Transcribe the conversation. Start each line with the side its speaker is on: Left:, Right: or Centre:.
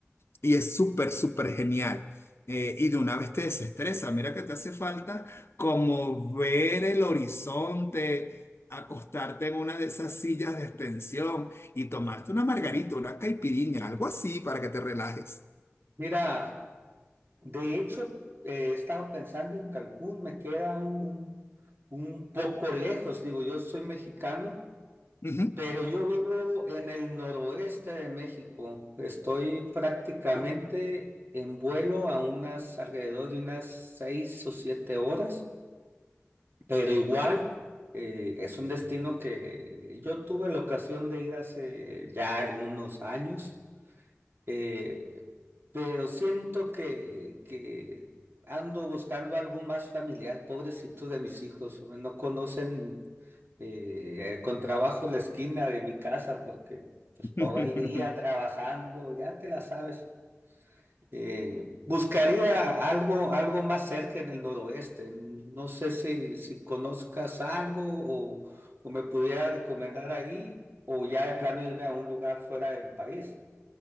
Left: y es súper, súper genial. Eh, y de una vez te desestresa. Mira que te hace falta como ver el horizonte, acostarte en una de esas sillas de extensión y tomarte una margarita, una caipirinha, algo así para que te relajes.
Right: Mira, de hecho, eh, he estado pensando en Cancún, me queda un, un, un poco lejos, digo, yo soy mexicano,
Left: Ujú.
Right: pero yo vivo en el noroeste de México, estoy prácticamente en vuelo a unas alrededor de unas seis o siete horas, pero igual eh, es un destino que yo tuve la ocasión de ir hace ya algunos años. Eh, pero siento que, que ando buscando algo más familiar, pobrecitos de mis hijos, hombre, no conocen eh, con trabajo la esquina de mi casa porque pues,
Left: <laughs>
Right: todo el día trabajando, ya te la sabes. Eh, buscaría algo, algo más cerca en el noroeste. No sé si, si conozcas algo o, o me pudiera recomendar ahí o ya de plano irme a un lugar fuera del país.